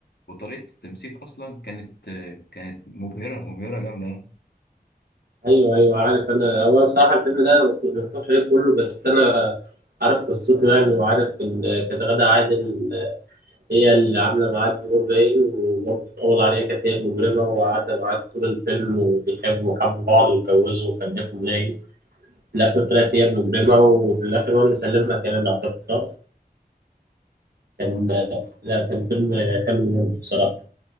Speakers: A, on the left; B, on the right.
A: وطريقة التمثيل أصلا كانت كانت مبهرة مبهرة جامدة يعني
B: ايوه ايوه عارف انا هو أنا بصراحه الفيلم ده ما كنت- ما اتفرجتش عليه كله بس انا عارف قصته يعني وعارف ان كانت غادة عادل هي اللي عامله معاه الدور باين وبرضه اتقبض عليها كانت هي المجرمه وقعدت معاه طول الفيلم وبيحبوا وحبوا بعض واتجوزوا وخلفوا باين في الآخر طلعت هي المجرمة وفي الآخر هو اللي سلمها كمان أعتقد صح؟ كان لا كان فيلم حلو برضه بصراحة